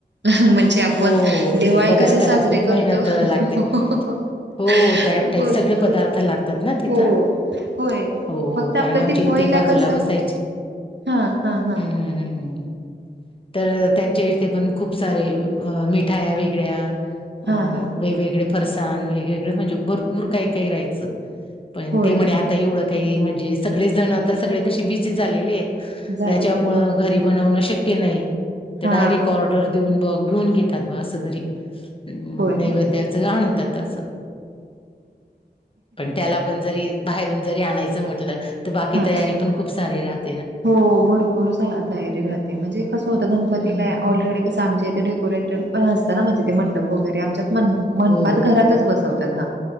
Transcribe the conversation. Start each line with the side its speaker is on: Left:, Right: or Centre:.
Right: म्हणजे आपण
Left: हो हो
Right: दिवाळी
Left: ते पदार्थाला
Right: कसे साजरे
Left: खूप
Right: करतो
Left: मेहनत
Right: ह्ह्हहहह
Left: लागते
Right: आ
Left: हो त्या टाई
Right: बरोबर
Left: सगळे पदार्थ लागतात ना तिथं
Right: हो होय
Left: हो
Right: फक्त
Left: हो कारण
Right: आपलं
Left: आमच्या
Right: त दीपवाळीला
Left: इथे बाजूला
Right: कस
Left: बसायचे
Right: हा हा
Left: हम्म
Right: हा ह
Left: हम्म हम्म हम्म. तर त्यांच्या इथे पण खूप सारे मिठाया वेगळ्या
Right: हा हा
Left: वेगवेगळे्या फरसाण वेगवेगळे म्हणजे भरपूर काही काही राहायचं पण
Right: होय
Left: ते
Right: ना
Left: म्हणे आता एवं म्हणजे सगळे जण कशे बिझी झालेले ये
Right: झालेले
Left: त्याच्यामुळ
Right: आहेत होय
Left: घरी बनवण शक्य ते नाही, ते
Right: हा
Left: डायरेक्ट ऑर्डर देऊन घेऊन घेती असं घरी म
Right: होय
Left: नैवेद्याचं
Right: ना
Left: आणतात असं. पण त्याला पण जरी बाहेरून जरी आणायचं म्हटलं तर बाकी
Right: हा
Left: तयारी पण खूप सारी राहत
Right: हो भरपूर तयारी राहते म्हणजे कसं होतं गणपतीला
Left: हम्म
Right: ऑलरेडी कसं आमच्या इथे े असत ना म्हणजे ते मंडप वगैरे आमच्या मंडपात
Left: हो
Right: घरातच बसवतात हा.